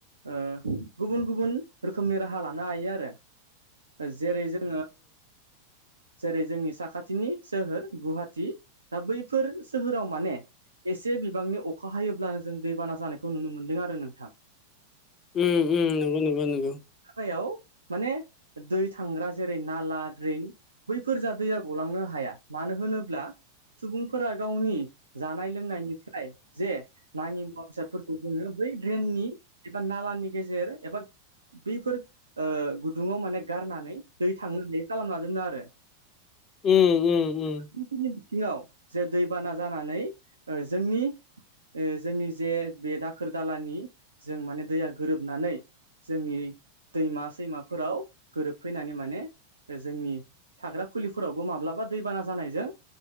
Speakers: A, on the right; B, on the left.
A: ओ गुबुन गुबुन रोखोमनि राहा लानो हायो आरो जेरै जोङो जेरै जोंनि साखाथिनि सोहोर गुवाहाटि दा बैफोर सोहोराव माने एसे बिबांनि अखा हायोब्लानो जों दैबाना जानायखौ नुनो मोनदों आरो नोंथां
B: उ उम नंगौ नगौ नंगौ
A: जायाव माने दै थांग्रा जेरै नाला द्रेन बैफोर जा दैया गलांनो हाया मानो होनोब्ला सुबुंफोरा गावनि जानाय लोंनायनिफ्राय जे नाङि मुवा बेसादफोरखौ जोङो बै ड्रेननि एबा नालानि गेजेर एबा बैफोर ओ गुदुङाव माने गारनानै दै थांनानै हायि खालामना दोनो आरो
B: उ उ उ
A: बिथिङाव जे दैबाना जानानै ओ जोंनि जोंनि जे बे दाखोर दालानि जों माने दैया गोरोबनानै जोंनि दैमा सैमाफोराव गोरोबफैनानै माने जोंनि थाग्रा खुलिफोरावबो माब्लाबा दैबाना जानायजों